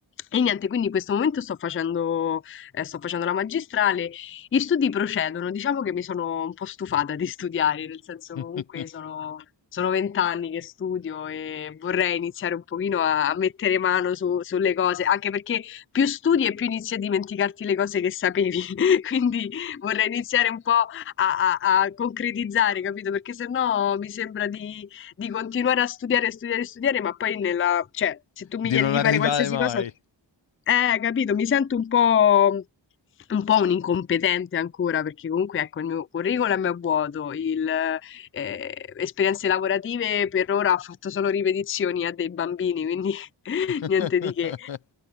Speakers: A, on the left (about 30°); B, on the left (about 70°).
A: e niente, quindi in questo momento sto facendo eh, sto facendo la magistrale, gli studi procedono, diciamo che mi sono un po' stufata di studiare, nel senso
B: <laughs>
A: comunque sono... Sono vent'anni che studio e vorrei iniziare un pochino a, a mettere mano su- sulle cose, anche perché più studi e più inizi a dimenticarti le cose che sapevi. <laughs> Quindi vorrei iniziare un po' a, a- a concretizzare, capito? Perché sennò mi sembra di, di continuare a studiare, studiare, studiare, ma poi nella, cioè, se tu
B: Di
A: mi chiedi
B: non
A: di
B: arrivare
A: fare qualsiasi
B: mai.
A: cosa, eh, capito, mi sento un po', un po' un incompetente ancora perché comunque ecco il mio curriculum è vuoto, il, eh, esperienze lavorative per ora ho fatto solo ripetizioni a dei bambini, quindi <laughs>
B: <laughs>
A: niente di che.